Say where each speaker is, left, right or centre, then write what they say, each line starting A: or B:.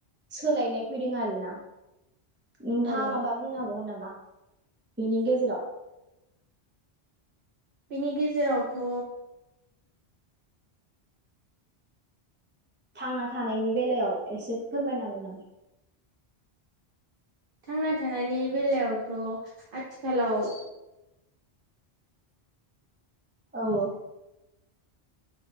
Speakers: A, on the right; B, on the right.
A: सोलायनाय फैदों आरोना। नोंथाङा
B: औ
A: माबा बुंनो हाबावगोन नामा? बेनि गेजेराव
B: बिनि गेजेरावथ'
A: थांना थानायनि बेलायाव एसे फोरमायनो हागोन नामा?
B: थांना थानायनि बेलायावथ' आथिखालाव
A: औ औ